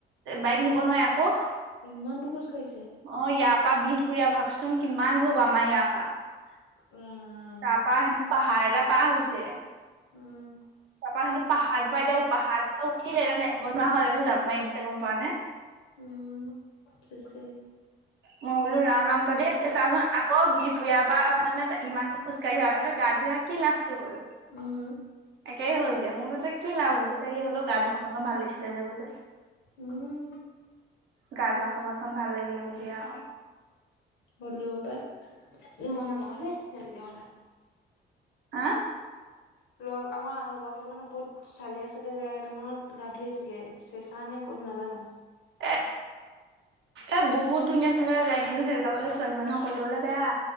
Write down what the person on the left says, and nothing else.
ইমান দূৰ খোজ কাঢ়িছে
ৰাম
উম।
উম, চেছেই।
উম।
উম
হ'লেও পায়। এ মই নাযাওঁ দেই তেনেকে হ'লে।
লগ আমাৰ লগৰ কেইটামানে বহুত চালিয়া চালিয়া জেগা কেইটামানত গা ধুই আছেগে, চেচাঁ নে খুব ক'ত নাজানোঁ?